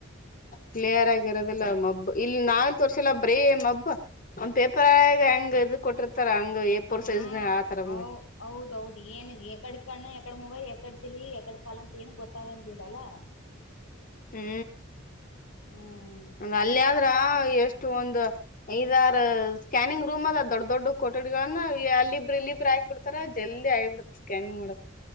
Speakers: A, on the left (about 40°); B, on the left (about 70°).
A: ಕ್ಲಿಯರ್ ಆಗಿರೋದಿಲ್ಲ ಮಬ್ಬ ಇಲ್ಲಿ ನಾವೇ ತೋರಿಸಿಲ್ಲ ಬ್ರೆ ಮಬ್ಬು. ಒಂದ್ ಪೇಪರ್ ಆಗ ಹಂಗ್ ಇದ ಕೊಟ್ಟಿರ್ತಾರ ಹಂಗ ಏಪರ್
B: ಹ್ಮ್
A: ಸೈಜ್ನ ಆತರ ಬಂದಿ.
B: ಹೌ ಹೌದೌದು ಏನ್ ಎಕಡ್ ಕಣ್ಣ ಎಕಡ್ ಮುಗ ಎಕಡ್ ತಾಲಿ ಎಕಡ್ ಕಾಲ ಅಂತ ಏನ್ ಗೊತ್ತಾಗಂದಿಲ್ಲಲ್ಲಾ.
A: ಹು
B: ಹ್ಮ್
A: ಅಲ್ಲಿ ಆದ್ರ ಎಷ್ಟು ಒಂದು ಐದಾರು ಸ್ಕ್ಯಾನಿಂಗ ರೂಮ್ ಅದಾವ ದೊಡ್ದ್ ದೊಡ್ಡವ ಕೊಠಡಿಗಳನ್ನ ಅಲ್ಲಿಬ್ರು ಇಲ್ಲಿಬ್ರು ಹಾಕ್ಬ ಬಿಡ್ತಾರಾ ಜಲ್ದಿ ಆಗಿ ಬಿಡ್ತ. ಸ್ಕ್ಯಾನಿಂಗ್ ಮಾಡಾಕ.